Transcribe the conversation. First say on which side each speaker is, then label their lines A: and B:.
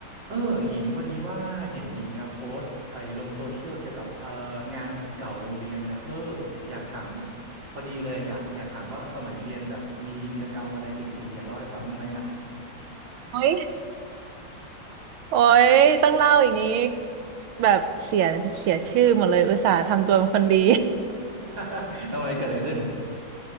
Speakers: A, on the right; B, on the right.
A: เออหญิงพอดีว่าเห็นหญิงอ่ะโพสต์ไอ้ลงโซเชียลเกี่ยวกับเอ่องานศิษย์เก่าโรงเรียนน่ะเอออยากถามพอดีเลยอยากอยากถามว่าสมัยเรียนแบบมีวีรกรรมอะไรจริงๆอยากเล่าให้ฟังบ้างไหมอ่ะ
B: โอ้ยโอ้ยต้องเล่าอย่างนี้แบบเสียเสียชื่อหมดเลย อุตส่าห์ทำตัวเป็นคนดี
A: <laughs> ทำไมเกิดอะไรขึ้น